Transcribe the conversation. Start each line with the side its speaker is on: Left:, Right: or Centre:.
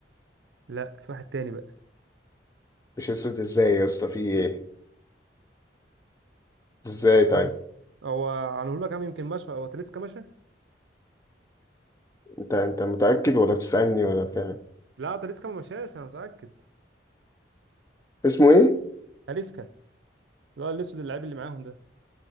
Right: لا في واحد تاني بقى
Left: مش اسود ازاي يا اسطى في ايه ازاي طيب
Right: في واحد هو على لك عم يمكن مشى هو تاليسكا مشى
Left: انت انت متأكد ولا بتسألني ولا بتاع
Right: لا تاليسكا ما مشاش انا متأكد
Left: اسمه ايه
Right: تاليسكا اللي هو الاسود اللاعب اللي معاهم ده